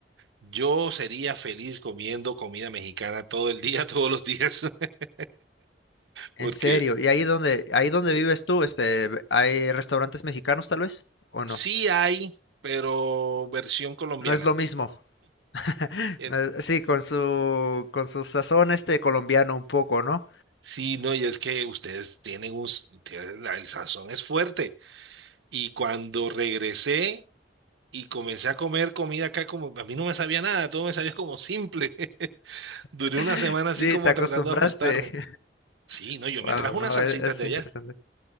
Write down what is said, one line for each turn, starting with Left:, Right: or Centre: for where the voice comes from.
Right: yo sería feliz comiendo comida mexicana todo el día, <laughs> todos los días, <laughs> porque
Left: En serio, ¿y ahí donde, ahí donde vives tú, este, hay restaurantes mexicanos tal vez? ¿O
Right: sí
Left: no?
Right: hay, pero versión colombiana.
Left: No es lo mismo. <laughs>
Right: En-
Left: No es- Sí, con su, con su sazón este colombiano un poco, ¿no?
Right: Sí, no, y es que ustedes tienen un, s- tienen la- el sazón es fuerte. Y cuando regresé y comencé a comer comida acá, como a mí no me sabía nada, todo me sabía como simple. <laughs> Duré
Left: <laughs>
Right: una semana
Left: Sí,
Right: así como
Left: te acostumbraste.
Right: tratando de ajustarme.
Left: <laughs>
Right: Sí, no, yo
Left: Wow,
Right: me trajo unas
Left: no,
Right: salsitas
Left: es, es
Right: de
Left: interesante.
Right: allá.